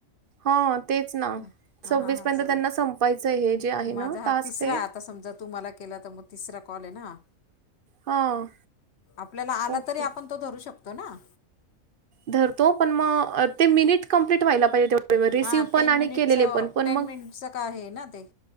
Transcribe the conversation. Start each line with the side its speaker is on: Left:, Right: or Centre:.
Right: हां तेच ना
Left: हा... हा..
Right: सव्वीस
Left: हा..
Right: पर्यंत
Left: स,
Right: त्यांना संपायचं हे जे आहे
Left: माझा
Right: ना टास्क
Left: हा तिसरा
Right: ते
Left: आता समजा तुम्हाला केला तर मग तिसरा कॉल आहे ना...
Right: हां
Left: आपल्या आला
Right: ओके
Left: तरी पण आपण तो धरू शकतो ना?
Right: धरतो पण मग ते मिनिट कंप्लीट व्हायला पाहिजे तेवढे. वेळ रिसीव्ह
Left: हां
Right: पण
Left: टेन
Right: आणि
Left: मिनिटचं,
Right: केलेले पण पण
Left: टेन
Right: मग
Left: मिनिटचं का हे आहे ना ते.